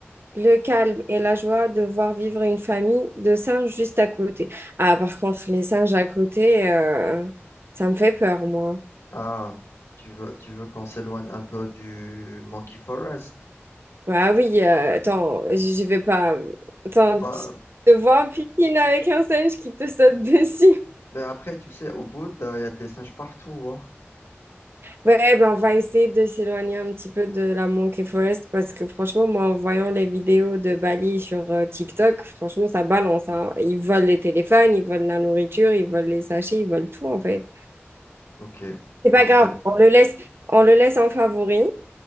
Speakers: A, on the right; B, on the left.
A: le calme et la joie de voir vivre une famille de singes juste à côté. Ah, par contre, les singes à côté, euh, ça me fait peur, moi.
B: Ah, tu veux, tu veux qu'on s'éloigne un peu du Monkey Forest?
A: Ah oui, euh, attends, je je vais pas. Attends,
B: Bah,
A: tu te vois en piscine avec un singe qui te saute dessus.
B: Mais après, tu sais, au bout, il y a des singes partout, hein.
A: Ouais, ben on va essayer de s'éloigner un petit peu de la Monkey Forest parce que franchement, moi, en voyant les vidéos de Bali sur euh, TikTok, franchement, ça balance, hein. Ils volent les téléphones, ils volent la nourriture, ils volent les sachets, ils volent tout, en fait.
B: Ok,
A: C'est pas
B: bon,
A: grave,
B: je vais.
A: on le laisse, on le laisse en favori